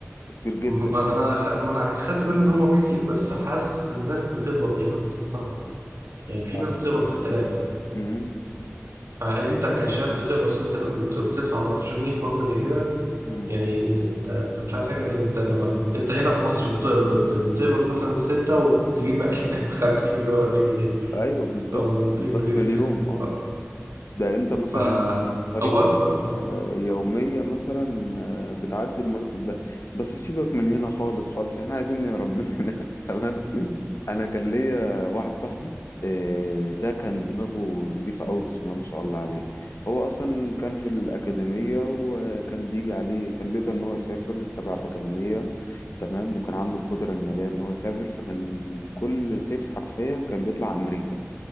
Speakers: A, on the left; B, on the right.
A: ده كتير جدا
B: ما انا خ... ما انا خدت بالي ان هو كتير بس حاسس الناس بتقبض يعني مثلا
A: مم.
B: يعني في
A: أيوة.
B: ناس بتقبض 6000
A: مم.
B: فانت كشاب بتقبض 6000 وبتدفع 15 جنيه في وجبه زي كده
A: مم.
B: يعني انت انت انت مش عارف حاجه انت لما انت هنا في مصر بتقبض بتقبض مثلا 6 وبتجيب اكل <laughs> ب 50 جنيه ولا 100 جنيه
A: أيوه بالظبط
B: او 200
A: بالظبط
B: جنيه
A: في اليوم أه
B: ف...
A: ده انت مثلا
B: ف...
A: مصاريفك
B: او وجبه
A: آه، يومية مثلا آه، بتعدي المرتب ده بس سيبك من هنا خالص خالص احنا عايزين نهرب من هنا <laughs> تمام انا كان ليا واحد صاحبي آه، ده كان دماغه نضيفة قوي بسم الله ما شاء الله عليه هو اصلا كان في الأكاديمية وكان بيجي عليه كان بيقدر ان هو يسافر تبع الأكاديمية تمام وكان عنده القدرة المالية ان هو يسافر فكان كل صيف حرفيا كان بيطلع امريكا